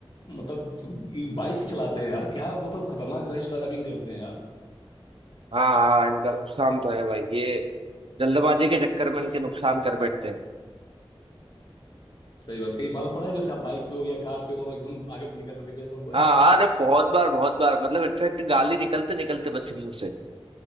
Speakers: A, on the left; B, on the right.
A: मतलब ये बाइक चलाते हैं यार क्या मतलब खतरनाक रैश ड्राइविंग करते हैं यार
B: हाँ हाँ इनका नुकसान तो है भाई ये जल्दबाजी के चक्कर में
A: कभी
B: इनके नुकसान कर बैठते हैं
A: सही बात कहीं पाला पड़ा है जैसे आप बाइक पे हो या कार पे हो और एकदम आगे से निकल रहे हो कभी ऐसा हुआ
B: हाँ
A: है
B: हाँ, अरे बहुत बार बहुत बार मतलब इनफेक्ट गाली निकलते निकलते बच्चे मुंह से